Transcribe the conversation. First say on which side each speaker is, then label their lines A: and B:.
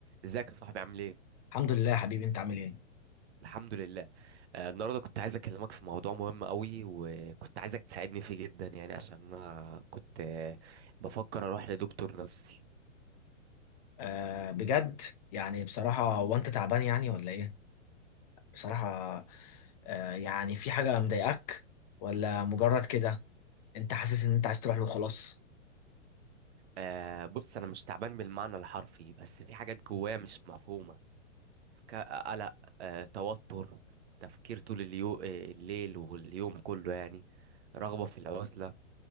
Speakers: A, on the right; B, on the left.
A: ازيك يا صاحبي عامل ايه؟
B: الحمد لله يا حبيبي انت عامل ايه
A: الحمد لله آه، النهارده كنت عايز اكلمك في موضوع مهم قوي وكنت عايزك تساعدني فيه جدا يعني عشان انا كنت آه، بفكر اروح لدكتور نفسي
B: آه بجد يعني بصراحة هو انت تعبان يعني ولا ايه بصراحة آه يعني في حاجة مضايقاك ولا مجرد كده انت حاسس ان انت عايز تروح له خلاص
A: آه، بص انا مش تعبان بالمعنى الحرفي بس في حاجات جوايا مش مفهومة ك- قلق آه، توتر تفكير طول اليو... آه، الليل واليوم كله يعني رغبة في العزلة